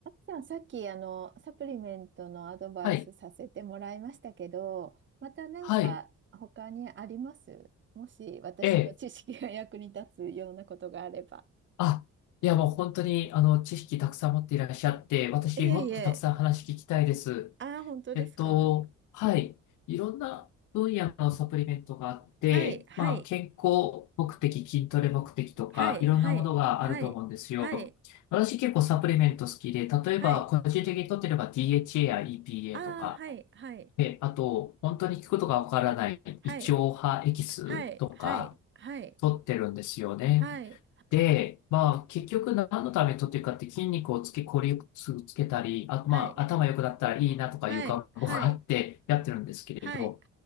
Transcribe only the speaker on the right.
じゃあさっきあのサプリメントのアドバイスさせてもらいましたけど、
またなんか他にありますもし私の知識が役に立つようなことがあれば。
いやいや、あ本当ですか。
はいはい
はいはいはいはい
はい
あはいはい
はい
はいはいはい
はい
はい
はいはいはい